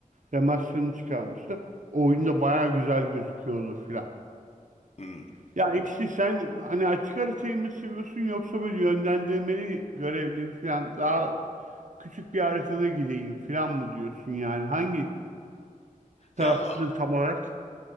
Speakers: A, on the right; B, on the left.
A: Remaster'ını çıkarmışlar. O oyun da bayağı güzel gözüküyordu filan.
B: hmm.
A: Ya ikisi sen hani açık haritayı mı seviyorsun yoksa böyle yönlendirmeli görevli falan daha küçük bir haritada gideyim falan mı diyorsun yani hangi taraftasın
B: Ya a-
A: tam olarak?